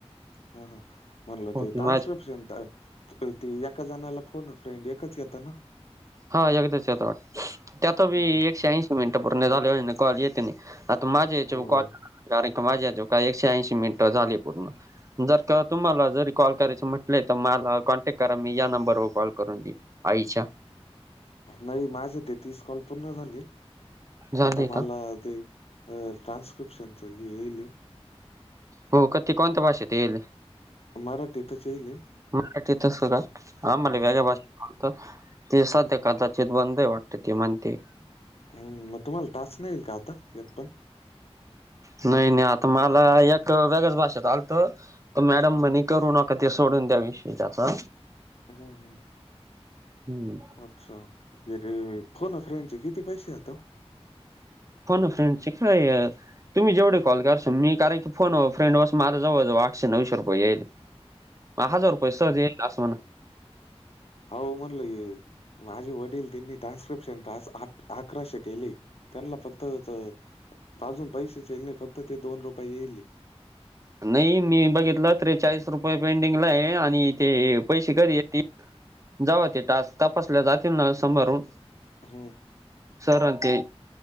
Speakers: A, on the left; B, on the right.
A: हा हा म्हटलं
B: होते
A: ते ट्रान्स्क्रिप्शन.
B: माझे
A: ते एका जाणाला फोन आहे फ्रेंड एकाच येत ना.
B: हा यगद चित्रट त्यात बी
A: हम्म
B: एकशे ऐंशी. मिनटं पूर्ण झाले हो कॉ येते आता माझ्या या्याच्या
A: हो.
B: कॉ. कारण का माझ्या आजो काय एकशे ऐंशी मिनिटं झाली पूर्ण. जर का तुम्हाला जरी कॉल करायच म्हटलंय तर मला कॉन्टॅक्ट करा मी या नंबरवर कॉल करून दीन. आईच्या
A: नाही माझे ते तीस कॉल पूर्ण झाले.
B: झाले
A: आता मला
B: का
A: ते अ ट्रानस्क्र्रीप्शन च येईल य.
B: हो क त्या कोणत्या भाषेत येईल?
A: मराठीतच येईले.
B: मराठीत स का? आमला
A: हं,
B: वेग्या भाष ते सध्या कदाचित बंदही वाटत त म्हणते.
A: हम् मग तुम्हाला टास्क नाही ईल का आता ए पण
B: नाही नाही. आता मला एक वेगळ्याच भाषेत आलत. तर मॅडम म्हणे करू नका ते सोडून द्या विषयी त्याचा.
A: हम्म हम्.
B: हम्म
A: अच्छा! हे रे फोन फ्र्यांचे किती पैसे यातो?
B: फोन फ्रेंड चे काय तुम्ही जेवढ कॉल करसन मी कारण क फोन फ्रेड बस माझ जवळ - जव आठशे - नऊशे रुपये यायले. म हजार रुपय सहज येईल अस म्हणा.
A: आ वो म्हण लंय -- माझे वडील त्यांनी ट्रान्स्क्रिप्शन टास्क आकराशे केले. त्यांन ला फक्त च अजून पैसेच येल नाही फक्त ते दोन रुपये येईले.
B: नाही मी बघितलं. त्रेचाळीस रुपये पेंडिंगला आहे आणि हे ते पैसे कधी जवा ते टास्क तपासल्या जातील न समारून
A: हम्म.
B: सर न ते